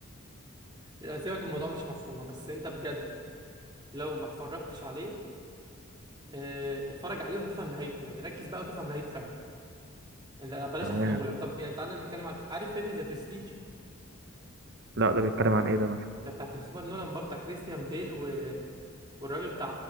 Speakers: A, on the right (about 20°); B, on the right (about 55°).
A: آه، سيبك الموضوع مش مفهومه بس انت بجد لو ما اتفرجتش عليه آه، اتفرج عليه وهتفهم نهايته يعني ركز بقى وتفهم نهايته فعلا يعني لا- بلاش
B: تمام
A: احرقهولك طب يعني تعالى نتكلم على عارف فيلم ذا برستيج
B: لا ده بيتكلم عن ايه ده مثلا
A: ده بتاع كريستوفر نولان برضه بتاع كريستيان بيل و... والراجل بتاع